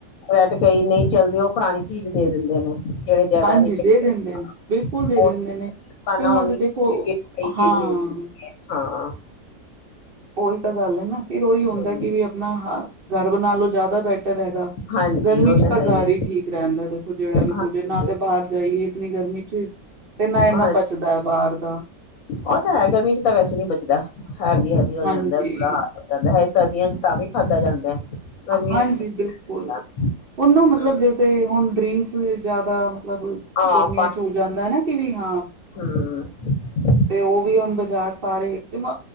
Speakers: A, on the left (about 65°); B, on the right (about 70°).
A: ਬ੍ਰੈਡ ਕਈ ਨਹੀਂ ਚਲਦੇ ਉਹ ਪੁਰਾਣੀ ਚੀਜ਼ ਦੇ ਦਿੰਦੇ ਨੇ। ਜਿਹੜੇ ਜ਼ਿਆਦਾ
B: ਹਾਂਜੀ
A: ਨਹੀਂ ਚੱਲਦੇ
B: ਦੇ ਦਿੰਦੇ ਨੇ ਬਿਲਕੁਲ ਦੇ
A: ਹੋਰ
B: ਦਿੰਦੇ ਨੇ
A: ਦੁਕਾਨਾਂ
B: ਤੇ ਉਹਨਾਂ
A: ਹੋਣਗੀਆਂ
B: ਦੇ ਦੇਖੋ
A: ਕਈ
B: ਹਾਂ।
A: ਚੀਜ਼ ਮਿਲਦੀ ਹਾਂ।
B: ਉਹੀ ਤਾਂ ਗੱਲ ਹੈ ਨਾ ਫਿਰ ਉਹੀ ਹੁੰਦਾ
A: ਹੂੰ,
B: ਕਿ ਵੀ ਆਪਣਾ ਘਰ ਨਾਲੋਂ ਜ਼ਿਆਦਾ ਬੈਟਰ ਹੈਗਾ
A: ਹਾਂਜੀ
B: ਗਰਮੀ
A: ਉਹ
B: ਚ ਤਾਂ
A: ਹੈ
B: ਘਰ
A: ਆ
B: ਹੀ ਠੀਕ ਰਹਿੰਦਾ। ਜਿਹੜਾ ਵੀ
A: ਹਾਂਜੀ
B: ਕੁਝ ਨਾ ਤੇ ਬਾਹਰ ਜਾਈਏ ਇਤਨੀ ਗਰਮੀ ਚ ਤੇ ਨਾ ਇੰਨਾ
A: ਹਾਂਜੀ
B: ਪਚਦਾ ਹੈ ਬਾਹਰ ਦਾ।
A: ਉਹ ਤਾਂ ਹੈ ਗਰਮੀ ਚ ਤਾਂ ਵੈਸੇ ਨੀ ਬਚਦਾ ਹੈਵੀ ਹੈਵੀ ਹੋ
B: ਹਾਂਜੀ
A: ਜਾਂਦਾ ਬੁਰਾ ਹਾਲ ਜਾਂਦਾ ਹੈ ਸਰਦੀਆਂ ਚ ਤਾਂ ਵੀ ਖਾਧਾ ਜਾਂਦਾ ਹੈ। ਗਰਮੀਆਂ
B: ਹਾਂਜੀ
A: ਚ ਨੀ
B: ਬਿਲਕੁਲ
A: ਹੁੰਦਾ
B: ਉਹਨੂੰ ਮਤਲਬ
A: ਹੂੰ
B: ਜਿਸ ਤੇ ਹੁਣ ਡਰਿੰਕਸ ਜਿਆਦਾ ਮਤਲਬ
A: ਹਾਂ
B: ਗਰਮੀਆਂ ਚ ਹੋ। ਜਾਂਦਾ ਹੈ ਨਾ ਕਿ ਵੀ ਹਾਂ।
A: ਹ।
B: ਤੇ ਉਹ ਵੀ ਹੁਣ ਬਾਜ਼ਾਰ ਸਾਰੇ ਤੇ ਮ